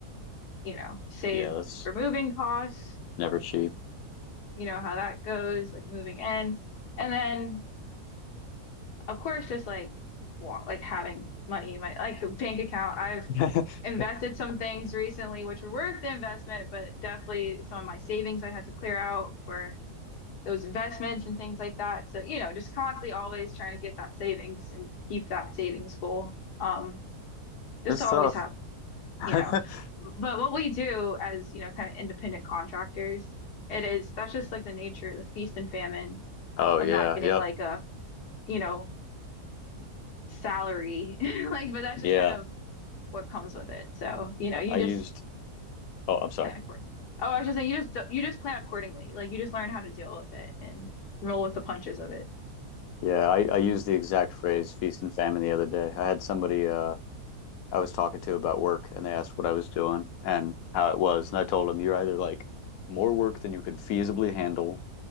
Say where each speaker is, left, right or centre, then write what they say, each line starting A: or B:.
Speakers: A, on the left; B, on the left.
A: you know, save
B: Yeah, that's
A: for moving costs,
B: never cheap.
A: you know, how that goes, like moving in. And then, of course, just like wa- like having money in my like bank account. I've
B: <laughs>
A: invested some things recently which were worth the investment, but definitely some of my savings I had to clear out for those investments and things like that. So, you know, just constantly always trying to get that savings and keep that savings goal. Um, just
B: It's
A: always
B: tough.
A: have, you
B: <laughs>
A: know, but what we do as, you know, kind of independent contractors, it is that's just like the nature, the feast and famine
B: Oh
A: of
B: yeah,
A: not getting
B: yep.
A: like a, you know, salary. <laughs> Like, but that's
B: Yeah.
A: just kind of what comes with it. So, you know,
B: I,
A: you
B: I
A: just
B: used oh, I'm sorry.
A: plan accordingly. Oh, I was just saying, you just you just plan accordingly. Like you just learn how to deal with it and roll with the punches of it.
B: Yeah, I, I used the exact phrase feast and famine the other day. I had somebody uh I was talking to about work and they asked what I was doing and how it was. And I told them you're either like more work than you could feasibly handle